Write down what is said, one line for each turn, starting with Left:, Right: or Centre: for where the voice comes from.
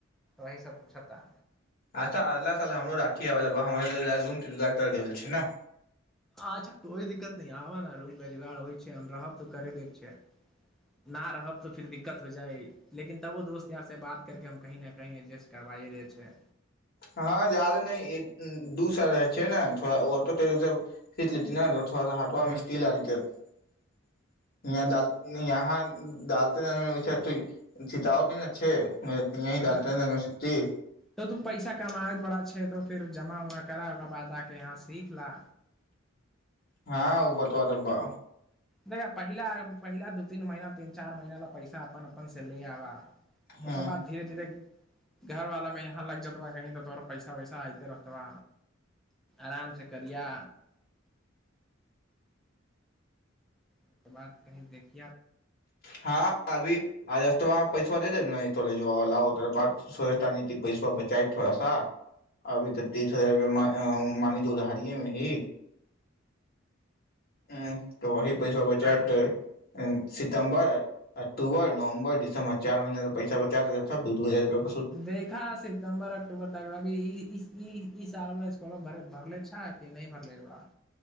Centre: वही सब पूछता
Left: अच्छा अल्लाह साल हमरो राठी आब ल रूमटर छै ने
Centre: अच्छा कोइ दिक्कत नहि आब ने रूमके जुगाड़ होइ छै हम रहब तऽ करे दे छ न रहब तऽ फिर दिक्कत हो जाय लेकिन तबो दोस्त यार से बात करके हम कहीं ने कही एडजेस्ट करबााय देे छै
Left: हँ जादे न दू स रह छै ने थोड़ा ऑटो ेटो सब सीट ले अथ हटआ
Centre: अच्छा
Left: मिस्ती लडालाँालाँ डाल त सितवट नहि ने अच्छे यही
Centre: हँ
Left: डालत है शति
Centre: तऽ तू पैसा कमाब बड़ा छै तो फिर जमा उमा करा ओकर बाद आके यहाँ सीख ला
Left: हँ ओ बटटबबा
Centre: देख पहिला पहिला दू तीन महीना तीन चारि महीना ला पैसा अपन अपन से ले आबा
Left: ह
Centre: ओकर बाद धीरे धीरे घरवालामे यहााँ लग जेतबा कहीं तऽ तोर पैसा वैसा आयते रहतबा आराम से करिया ओकर बाद कही देखि
Left: हँ अभीस पैसोा दे देबे तो बात सोची पैसाच च थोड़ा सा अभी तऽ तीस हजार रुप मान त उधारए मे ही त वह पैसा बचायब
Centre: आ
Left: तऽ एन सितमब अक्टूबर नवम्बर दिसम्ब चार महिीना त पसा बचा दे दू दू हजार रुपआ
Centre: देखा सितम्बर अक्टूबर तक अभी ई ई च इकल भ भरल छ की नहि भरला